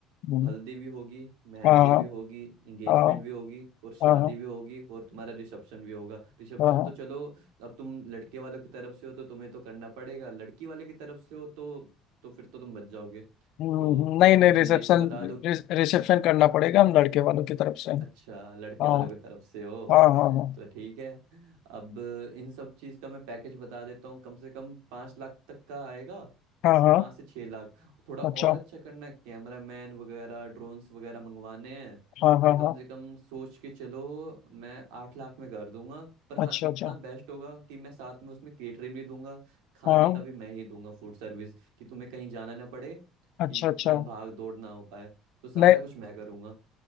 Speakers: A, on the left (about 65°); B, on the right (about 80°).
A: हम्म,
B: हल्दी भी होगी मेहंदी
A: हाँ हाँ
B: भी होगी एंगेजमेंट
A: हाँ
B: भी होगी और शादी
A: हाँ हाँ
B: भी होगी और तुम्हारा रिसेप्शन भी होगा रिसेप्शन
A: हाँ, हाँ।
B: तो चलो अब तुम लड़के वालों की तरफ से हो तो तुम्हें तो करना पड़ेगा लड़की वाले की तरफ से हो तो तो फिर तो तुम बच जाओगे
A: हम्म, हम्म,
B: तो
A: हम्म। नहीं नहीं
B: ये तुम
A: रिसेप्शन
B: देख के बता दो कि
A: रिसेप्शन करना पड़ेगा हम लड़के वालों की तरफ से
B: अच्छा
A: हाँ
B: लड़के वालों की तरफ से हो
A: हाँ हाँ हाँ
B: तो ठीक है अब इन सब चीज़ का मैं पैकेज बता देता हूँ कम से कम पाँच लाख तक का आएगा
A: हाँ हाँ
B: पाँच से छह लाख थोड़ा और
A: अच्छा
B: अच्छा करना है कैमरा मैन वगैरह ड्रोन्स वगैरह मंगवाने हैं
A: हाँ हाँ
B: तो कम
A: हाँ
B: से कम सोच के चलो मैं आठ लाख में कर दूंगा पर हाँ
A: अच्छा
B: इतना
A: अच्छा
B: बेस्ट होगा कि मैं साथ में उसमें केटरिंग भी दूंगा खाने
A: हाँ
B: का भी मैं ही दूंगा फूड सर्विस कि तुम्हें कहीं जाना ना पड़े
A: अच्छा
B: कि इतना
A: अच्छा
B: भाग दौड़ ना हो पाए तो सारा
A: नहीं
B: कुछ मैं करूंगा